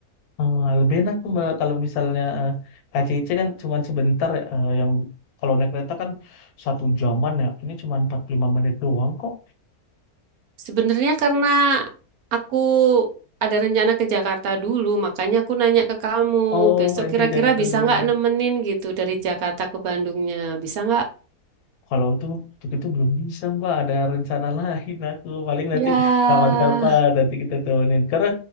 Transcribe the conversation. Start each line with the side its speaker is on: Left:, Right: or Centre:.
Left: Eh, lebih enak tuh Mbak kalau misalnya eh, KCIC kan cuman sebentar ya, eh, yang kalau naik kereta kan satu jaman ya. Ini cuman 45 menit doang kok.
Right: Sebenarnya karena aku ada rencana ke Jakarta dulu, makanya aku nanya ke kamu,
Left: Oh,
Right: besok
Left: main
Right: kira-kira
Left: ke Jakarta
Right: bisa
Left: dulu.
Right: nggak nemenin gitu dari Jakarta ke Bandungnya, bisa nggak?
Left: Kalau itu untuk itu belum bisa Mbak, ada rencana lain aku. Paling nanti
Right: Ya,
Left: kapan-kapan nanti kita temenin. Karena